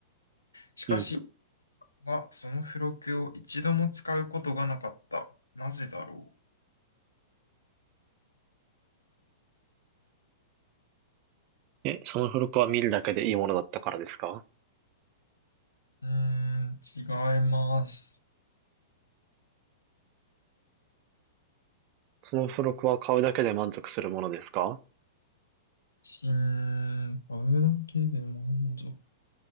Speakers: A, on the left; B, on the right.
A: しかし、
B: うん。
A: はその付録を一度も使うことがなかった。なぜだろ
B: え、その付録は見るだけでいいものだったからですか
A: う。うーん、違います。
B: その付録は買うだけで満足するものですか
A: うん、買うだけで満足。